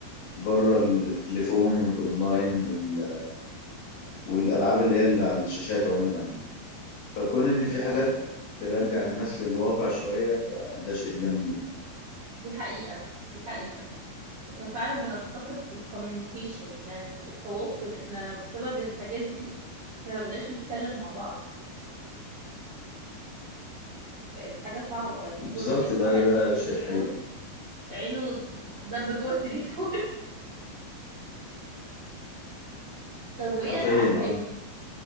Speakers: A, on the left; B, on the right.
A: بره التليفون والاونلاين وال... والالعاب اللي هي اللي على الشاشات عموما يعني فكون ان في
B: للاسف
A: حاجات ترجع الناس للواقع شويه فده شيء جميل يعني.
B: دي حقيقة دي حقيقة احنا فعلا بنفتقد الكوميونيكيشن يعني التواصل احنا بسبب الحاجات دي احنا مبقناش نتكلم مع بعض بقت حاجة صعبة يعني كل
A: بالظبط
B: زي كل
A: ده
B: واحد
A: ده
B: ماسك التليفون
A: شيء حقيقي
B: عينه دب جوه التليفون <laughs> طب وايه
A: حرفيا
B: ألعاب تاني؟
A: اه